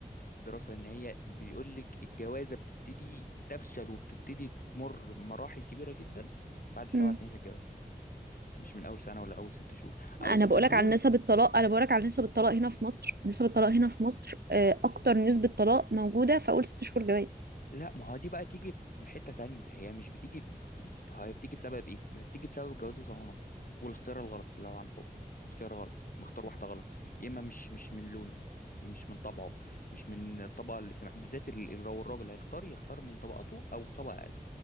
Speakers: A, on the left; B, on the right.
A: دراسه ان هي بيقول لك الجوازه بتبتدي تفشل وبتبتدي تمر بمراحل كبيره جدا بعد سبع
B: مم.
A: سنين من الجواز مش من اول سنه ولا اول ست شهور اول
B: أنا
A: ست
B: بقولك
A: شهور
B: على نسب الطلاق أنا بقولك على نسب الطلاق هنا في مصر نسب الطلاق هنا في مصر آه، أكتر نسبة طلاق موجودة في أول ست شهور جواز
A: لا ما هو دي بقى تيجي في حتة تانية هي مش بتيجي ب- يعني هي بتيجي بسبب ايه ما هي بتيجي بسبب جواز الصالونات والاختيار الغلط لو عن حب اختيار غلط مختار واحدة غلط يا اما مش مش من لونه مش من طبعه مش من الطبقة الاجتماعية بالذات ال- ال- لو الراجل هيختار يختار من طبقته او طبقة اقل